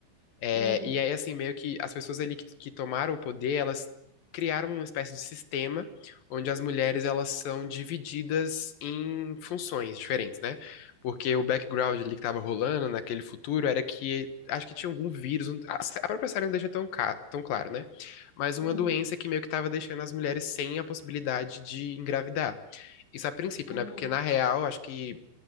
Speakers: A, on the left; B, on the left.
A: É,
B: Hum,
A: e aí, assim, meio que as pessoas ali que, que tomaram o poder, elas criaram uma espécie de sistema onde as mulheres elas são divididas em funções diferentes, né? Porque o background ali que tava rolando naquele futuro era que acho que tinha algum vírus, um- a a própria série não deixa tão, ca- tão claro, né? Mas uma
B: uhum,
A: doença que meio que tava deixando as mulheres sem a possibilidade de engravidar. Isso a princípio,
B: hum.
A: né? Porque na real, acho que